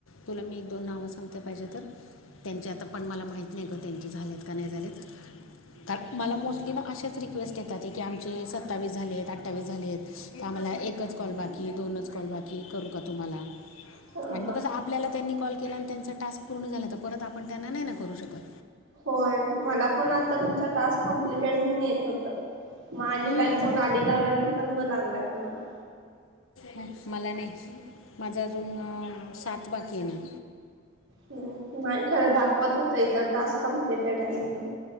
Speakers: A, on the left; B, on the right.
A: तुला मी एक दोन नावं सांगते पाहिजे तर. त्यांचे आता पण मला माहीती नाही ग त्यांचे झालेत का नाही झालेत. कारण मला मोस्टली ना अश्याच रिक्वेस्ट येतात की आमचे सत्तावीस झालेत, अठ्ठावीस झालेत. आम्हाला एकच कॉल बाकी दोनच कॉल बाकी करू का तुम्हाला
B: ह
A: आणि मग
B: हा.
A: कस आप आपल्याला त्यांनी कॉल केला आणि त्यांचा टास्क पूर्ण झाला तर परत आपण त्यांना नाही ना करू शकत.
B: होय मला पण आता तुमचा टास्क कमप्लिटेड म्हणून येत होतं. मग आणि
A: हम्म.
B: बॅग जाऊन आणि लावल्या नंतर मग लागलाय तुम्हाला.
A: ह मला नाही. माझ अजून सात बाकी आहे ना.
B: हम्म नाही खरं दाखवत होत इथ टास्क कॉम्प्लिटेड आहे म्हणून.